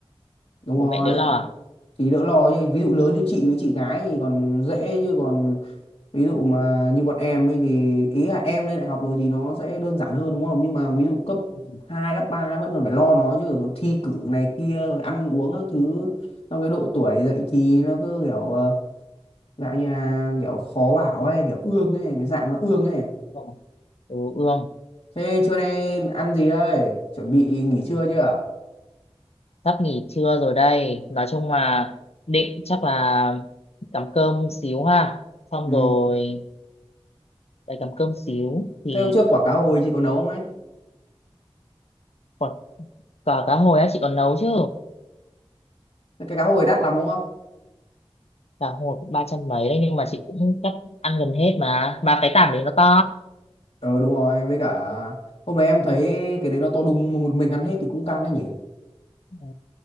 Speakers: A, on the left; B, on the left.
A: đúng
B: bố
A: rồi
B: mẹ đỡ lo à
A: thì đỡ lo nhưng ví dụ lớn như chị với chị gái thì còn dễ chứ còn ví dụ mà như bọn em ấy thì ý là em lên đại học rồi thì nó sẽ đơn giản hơn đúng không nhưng mà ví dụ cấp
B: ừ.
A: 2 cấp 3 vẫn còn phải lo nó chứ còn thi cử này kia rồi ăn uống các thứ trong cái độ tuổi dậy thì nó cứ kiểu ờ, dạng như là kiểu khó bảo ấy kiểu ương ấy cái dạng nó ương ấy
B: ương. ừ ương
A: thế trưa nay ăn gì đây chuẩn bị nghỉ trưa chưa
B: sắp nghỉ trưa rồi đây nói chung là định chắc là cắm cơm xíu ha xong
A: ừ.
B: rồi lại cắm cơm xíu thì
A: thế hôm trước quả cá hồi chị có nấu không ấy
B: còn cả cá hồi á chị còn nấu chứ
A: cái cá hồi đắt lắm đúng không
B: cá hồi cũng ba trăm mấy đấy nhưng mà chị cũng chắc ăn gần hết mà mà cái tảng đấy nó to
A: ừ đúng rồi với cả hôm nay em thấy cái đấy nó to đùng mà một mình ăn hết thì cũng căng đấy nhỉ
B: ừ,